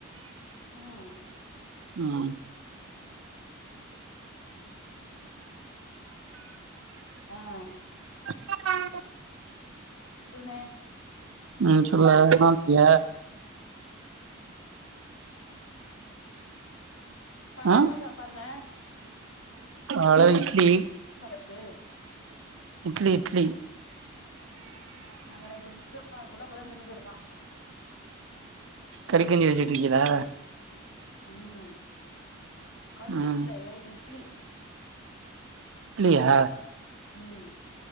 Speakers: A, on the left; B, on the right.
A: உஹம்
B: ம்
A: ஆஹ
B: அ <unintelligible>
A: சொல்லுண்ண
B: உம் சொல்ல என் பண்இய
A: காலைல
B: ஆ
A: என்ன சாப்பாடுனே
B: காலைல இட்லி
A: சடப்பு
B: இட்லி இட்லி
A: நாங்க நைட்டு மிச்சம் மானத புள்ளா இப்ப தா திண்ணுகிட்ருக்கோம்
B: கறிக்கஞ்சி <unintelligible> இருக்கீலா
A: உம் கஞ்சி
B: ம்
A: இல்ல நைட் இட்லி
B: இட்லியா
A: உம்